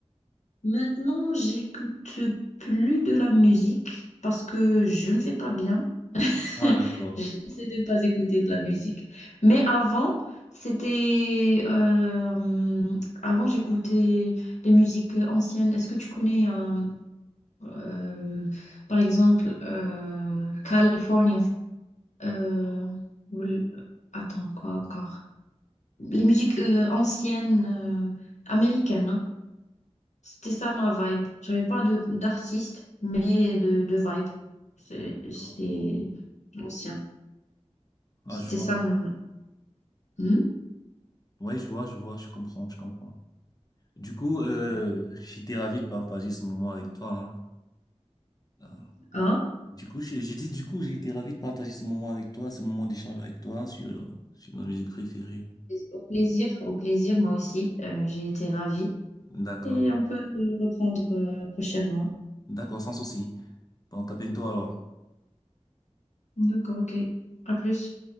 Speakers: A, on the left; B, on the left.
A: Maintenant, j'écoute plus de la musique parce que je ne vais pas bien. <laughs>
B: Ah, d'accord.
A: J'essaie de ne pas écouter de la musique. Mais avant, c'était... euh, avant, j'écoutais les musiques anciennes. Est-ce que tu connais, euh, euh, par exemple, euh, California? Euh, ou l- Attends, quoi encore? Les musiques euh, anciennes euh, américaines. hein. C'était ça ma vibe. J'avais pas de d'artiste, mais de, de vibe. C'est
B: D'accord.
A: c'est l'ancien.
B: Ah,
A: C'était
B: je vois.
A: ça mon... Hmm
B: Ouais, je vois, je vois, je comprends, je comprends. Du coup, euh,
A: Ouais.
B: j'étais ravi de partager ce moment avec toi. hein. Ah.
A: Hein
B: Du coup, j'ai j'ai dit, du coup, j'ai été ravi de partager ce moment avec toi, ce moment d'échange avec toi sur, sur nos musiques préférées.
A: Au plaisir, au plaisir, moi aussi. Euh, j'ai été ravie.
B: D'accord.
A: Et on peut le reprendre euh, prochainement.
B: D'accord, sans souci. Bon, à bientôt alors.
A: D'accord, ok. À plus.